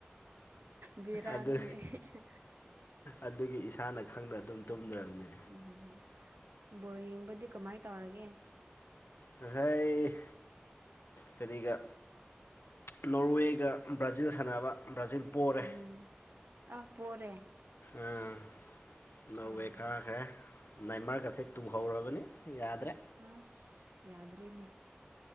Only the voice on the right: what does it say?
ꯕꯦꯔꯥꯅꯤꯅꯦ
ꯢꯍꯤꯍꯦ
ꯎꯝ ꯎꯝ ꯕꯣꯜ ꯌꯦꯡꯕꯗꯤ ꯀꯃꯥꯏ ꯇꯧꯔꯒꯦ
ꯎꯝ ꯑ ꯄꯣꯔꯦ
ꯑꯣ
ꯑꯁ ꯌꯥꯗ꯭ꯔꯦꯅꯦ